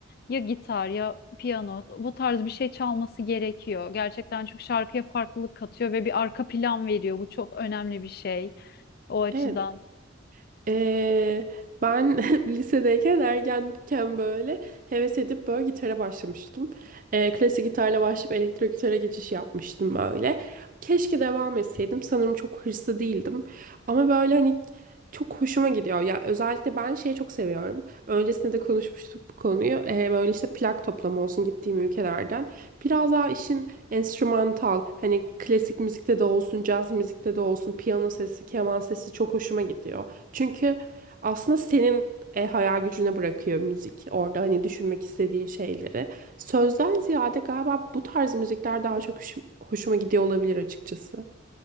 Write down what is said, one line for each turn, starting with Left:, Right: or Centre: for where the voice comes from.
Left: ya gitar ya piyano bu tarz bir şey çalması gerekiyor. Gerçekten çünkü şarkıya farklılık katıyor ve bir arka plan veriyor. Bu çok önemli bir şey o açıdan.
Right: Evet. Ee, ben <laughs> lisedeyken ergenken böyle heves edip böyle gitara başlamıştım. Ee, klasik gitarla başlayıp elektro gitara geçiş yapmıştım böyle. Keşke devam etseydim. Sanırım çok hırslı değildim. Ama böyle hani çok hoşuma gidiyor. Ya özellikle ben şeyi çok seviyorum. Öncesinde de konuşmuştuk bu konuyu. Ee, böyle işte plak toplama olsun gittiğim ülkelerden. Biraz daha işin enstrümantal hani klasik müzikte de olsun, caz müzikte de olsun, piyano sesi, keman sesi çok hoşuma gidiyor. Çünkü aslında senin e, hayal gücüne bırakıyor müzik. Orada hani düşünmek istediğin şeyleri. Sözden ziyade galiba bu tarz müzikler daha çok hoşum- hoşuma gidiyor olabilir açıkçası.